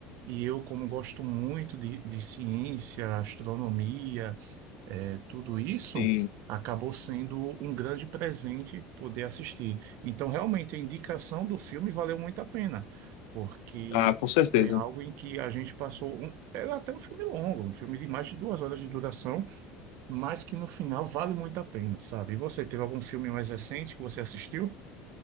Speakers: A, on the right; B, on the left.
A: E eu, como gosto muito de, de ciência, astronomia, é, tudo isso
B: Sim.
A: acabou sendo um grande presente poder assistir. Então, realmente, a indicação do filme valeu muito a pena, porque
B: Ah, com certeza.
A: foi algo em que a gente passou. Um, era até um filme longo, um filme de mais de duas horas de duração, mas que no final vale muito a pena, sabe? E você, teve algum filme mais recente que você assistiu?